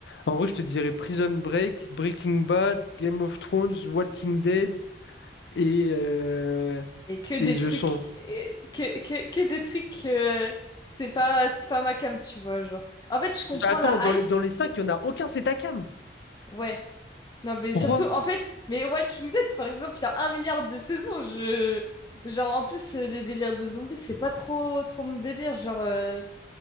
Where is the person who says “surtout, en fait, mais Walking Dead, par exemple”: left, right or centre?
Left